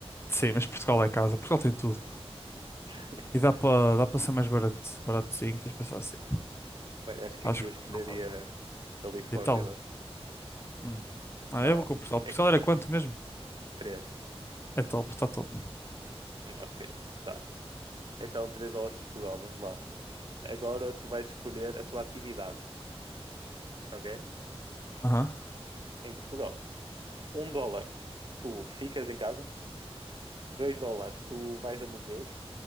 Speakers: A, on the left (about 25°); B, on the right (about 50°).
A: Sim, mas Portugal é casa. Portugal tem tudo.
B: <laughs>
A: E dá para dá para ser mais barato, baratozinho, tens de pensar assim.
B: Bem, acho que
A: Acho
B: aqui eu
A: que
B: escolheria
A: Portugal está top.
B: Califórnia,
A: Itália.
B: mano.
A: Hum.
B: Não,
A: Ah, eu vou com Portugal. Portugal
B: é
A: era quanto mesmo?
B: 3.
A: É top, está top.
B: Ok, tá. Então 3 dólares Portugal, vamos lá. Agora tu vais escolher a tua atividade, ok?
A: Aham.
B: Em Portugal. um dólar, tu ficas em casa. dois dólares, tu vais a museus.